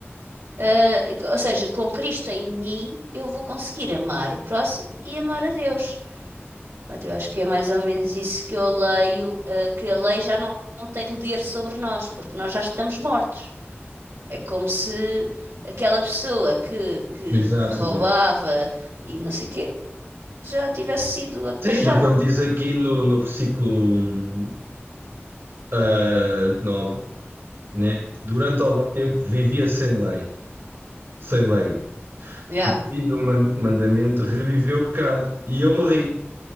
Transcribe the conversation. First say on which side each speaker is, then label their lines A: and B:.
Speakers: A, on the right; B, on the right.
A: eh, ou seja, com Cristo em mim, eu vou conseguir amar o próximo e amar a Deus. eu acho que é mais ou menos isso que eu leio, eh, que a lei já não, não tem poder sobre nós, porque nós já estamos mortos. É como se aquela pessoa que, que,
B: exato,
A: que roubava
B: exato.
A: e não sei o quê já tivesse sido apedrejada.
B: Sim, porque ele diz
A: Pronto.
B: aqui no, no versículo ah, 9, né? Durante algum tempo vivia sem lei, sem lei.
A: Yeah.
B: Vindo fim man- mandamento reviveu o pecado e eu morri.